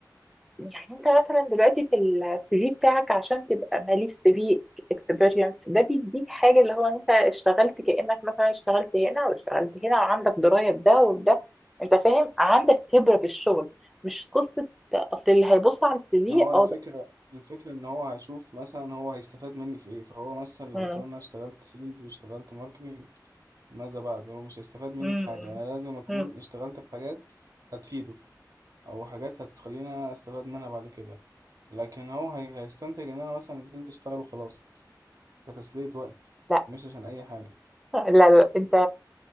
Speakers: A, in the centre; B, on the right.
A: يعني انت مثلا دلوقتي في السي في بتاعك عشان تبقى مالي السي في اكسبيرينس ده بيديك حاجه اللي هو انت اشتغلت كانك مثلا اشتغلت هنا واشتغلت هنا وعندك درايه بده وده انت فاهم عندك خبره بالشغل مش قصه اصل اللي هيبص على السي في
B: ما هو
A: اه
B: الفكره
A: ده
B: الفكره ان هو هيشوف مثلا هو هيستفاد مني في ايه فهو مثلا لو
A: مم،
B: قلت له إن انا اشتغلت سيلز واشتغلت ماركتنج ماذا بعد هو مش هيستفاد مني
A: مم،
B: في حاجه
A: مم،
B: انا لازم اكون
A: مم.
B: اشتغلت في حاجات هتفيده او حاجات هتخليني انا استفاد منها بعد كده لكن هو هي... هيستنتج ان انا مثلا نزلت اشتغل وخلاص كتسلية وقت
A: لا
B: مش عشان اي حاجة
A: لا لا انت